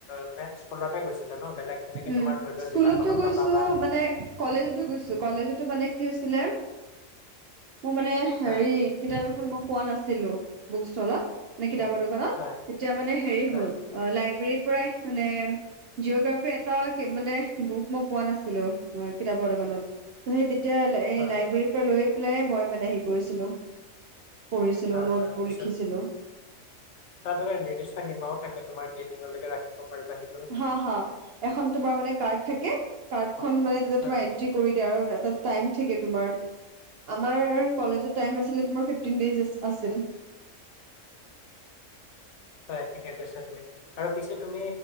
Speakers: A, on the left; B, on the right.
A: মানে স্কুলতে গৈছা। গৈছিলা ন বেলেগ তেনেকে
B: উম
A: তোমাৰ ধৰি লোৱা
B: স্কুলতো
A: জিলাখনত
B: গৈছো
A: থকা বা
B: মানে কলেজতো গৈছো কলেজতো মানে কি হৈছিলে, মোৰ মানে হেৰি
A: হয়,
B: কিতাপ এখন মই পোৱা নাছিলো বুক ষ্টলত নে কিতাপৰ
A: হয়।
B: দোকানত।
A: হয়,
B: তেতিয়া মানে হেৰি
A: হয়,
B: হ'ল অ লাইব্ৰেৰীৰ পৰাই মানে জিঅগ্ৰাফিৰ <unintelligible> মানে বুক মই পোৱা নাছিলোঁ, অ' কিতাপৰ দোকানত। সেই তেতিয়া এই
A: হয়,
B: লাইব্ৰেৰীৰপৰা লৈয়ে পেলাই মই মানে হেৰি কৰিছিলো। পঢ়িছিলো
A: হয়,
B: নোটবোৰ
A: হয় পিছত
B: লিখিছিলো।
A: তাত এটা নিৰ্দিষ্ট সীমাও থাকে, তোমাৰ কেইদিনলৈকে ৰাখিব পাৰিবা সেই
B: হা, হা, এখন তোমাৰ মানে কাৰ্ড থাকে, কাৰ্ডখন মানে তাতে
A: হয়,
B: তোমাৰ এন ট্ৰি কৰি দিয়া আৰু এটা টাইম থাকে তোমাৰ। আমাৰ কলেজত টাইম আছিলে তোমাৰ ফিফটিন ডেইজ আছ-আছিল।
A: হয় ঠিকেই কৈছা তুমি, আৰু পিছে তুমি